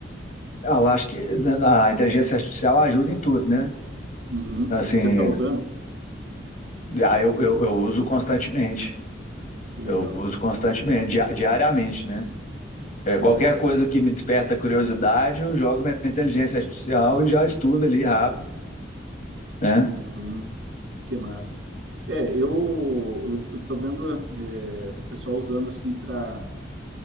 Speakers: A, on the left; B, on the right.
A: Ah, Eu acho que a inteligência artificial ajuda em tudo, né?
B: Uhum.
A: Assim,
B: Você está usando?
A: Ah, eu, eu, eu uso constantemente.
B: Legal,
A: Eu uso constantemente, dia- diariamente, né? É,
B: que
A: qualquer
B: bacana.
A: coisa que me desperta curiosidade, eu jogo na inteligência artificial e já estudo ali rápido, né?
B: Uhum. Que massa. É, eu, eu eu tô vendo é, pessoal usando assim para